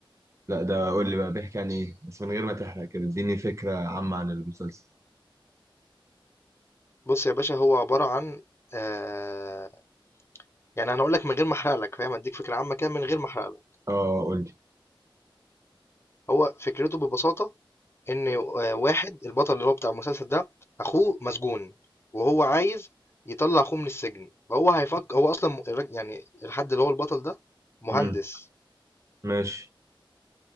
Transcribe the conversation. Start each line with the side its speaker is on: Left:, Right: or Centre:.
Right: لا ده قول لي بقى بيحكي عن ايه بس من غير ما تحرق كده اديني فكرة عامة عن المسلسل
Left: بص يا باشا هو عباره عن آه يعني انا هقول لك من غير ما احرق لك فاهم اديك فكره عامه كده من غير ما احرق لك
Right: اه قول لي
Left: هو فكرته ببساطه ان آه، واحد البطل اللي هو بتاع المسلسل ده اخوه مسجون وهو عايز يطلع اخوه من السجن فهو هيفكر هو اصلا م- الراج- يعني الحد اللي هو البطل ده مهندس
Right: امم ماشي